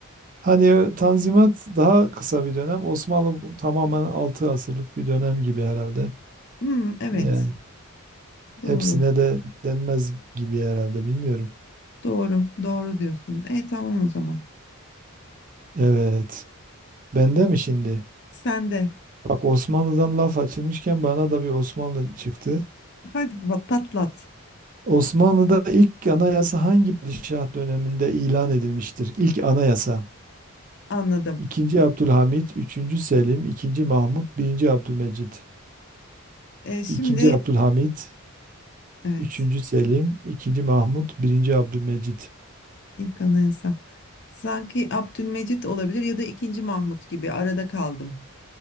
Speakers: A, on the right (about 35°); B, on the left (about 50°).
A: Hani o Tanzimat daha kısa bir dönem. Osmanlı tamamen 6 asırlık bir dönem gibi herhalde.
B: Hmm, evet.
A: Yani hepsine
B: Doğru.
A: de denmez gibi herhalde bilmiyorum.
B: Doğru. Doğru diyorsun. E tamam o zaman.
A: Evet. Bende mi şimdi?
B: Sen de.
A: Bak Osmanlı'dan laf açılmışken bana da bir Osmanlı çıktı.
B: Hadi pat- patlat.
A: Osmanlı'da ilk anayasa hangi padişah döneminde ilan edilmiştir? İlk anayasa.
B: Anladım.
A: İkinci Abdülhamit, üçüncü Selim, ikinci Mahmut, birinci Abdülmecit.
B: E, şimdi
A: İkinci Abdülhamit,
B: evet.
A: üçüncü Selim, ikinci Mahmut, birinci Abdülmecit.
B: ilk anayasa. Sanki Abdülmecit olabilir ya da ikinci Mahmut gibi arada kaldım.